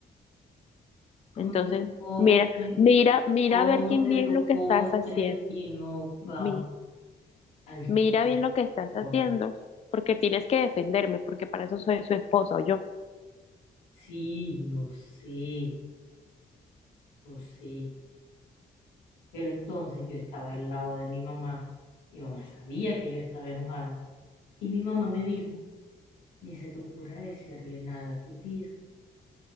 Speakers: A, on the left (about 85°); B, on the left (about 30°).
A: Cómete
B: Entonces,
A: tu postre,
B: mira, mira, mira
A: cómete
B: a ver quién bien
A: tu
B: lo que
A: postre
B: estás haciendo.
A: y no vamos
B: Mi-
A: a discutir
B: mira bien lo que estás haciendo,
A: sobre eso.
B: porque tienes que defenderme, porque para eso soy su esposa o yo.
A: Sí, lo sé, lo sé. Pero entonces yo estaba al lado de mi mamá. Mi mamá sabía que yo estaba enojada. Y mi mamá me dijo, ni se te ocurra decirle nada a tu tía.